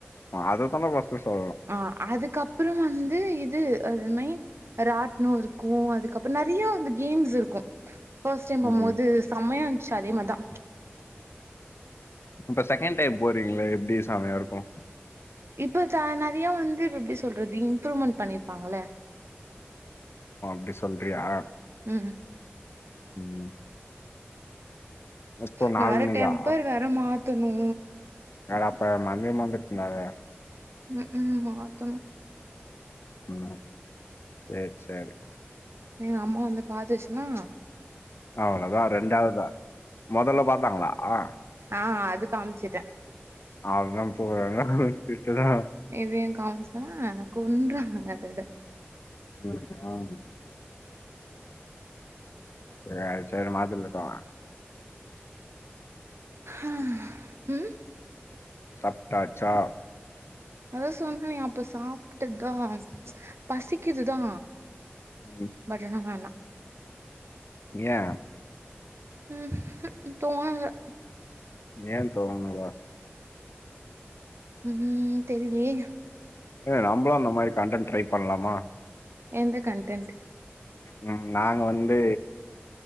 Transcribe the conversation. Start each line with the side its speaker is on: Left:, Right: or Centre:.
Left: அததான் ஃபர்ஸ்ட் சொ
Right: ஆ அதுக்கு அப்புறம் வந்து இது ஆ <unintelligible> ராட்ணம் இருக்கும் அதுக்கப்புறம் நெறைய வந்து கேம்ஸ் இருக்கும் ஃபர்ஸ்ட் டைம் போமோது
Left: ம்
Right: செமயா ச் அதே மர்தா
Left: இப்ப செகண்ட் டைம் போறீங்கள்ல எப்டி செமையாரு ம்
Right: இப்பத்தா நறையா வந்து இப்ப எப்டி சொல்றது இம்ப்ரூவ்மெண் பண்ணிருப்பாங்கல
Left: அ அப்டி சொல்றியா
Right: ம் ம்
Left: ம் இப்போ
Right: நா
Left: நாலனிக்கா
Right: வேற டெம்பர் வேற மா த்தனு
Left: அட அப்ப <unintelligible>
Right: ம்ஹு மாத்தனு
Left: ம் சரி சரி
Right: எங்க அம்மா வந்து பாத்துச்சு ன்னா
Left: அவ்ளதா ரண்டாவ்தா மொதல்ல பா த்தாங்ளா ஆ
Right: ஆ அ அது காம்ச்சிட்டே
Left: அவன்தான் போறாங்க திட்டுதான்
Right: இதையு காம்சா கொன்றுவா அதோட
Left: <unintelligible> சேர் சேரி <unintelligible>
Right: ஹ ம்
Left: சப்டாச்சா
Right: அதா சொன்னனே அப்ப சாப்ட்டுத்தா பசிக்கிதுதா
Left: ம்
Right: பட் ஆனா வேணா
Left: ஏ
Right: ம் ஹும் தோணல
Left: ஏ தூங்கல
Right: ம் தெரிலியே
Left: ஏங்க நம்புளு அந்த மாரி கண்டன் ட்ரை பண்லாமா
Right: எந்த கன்டென்ட்
Left: ம் நாங்க வந்து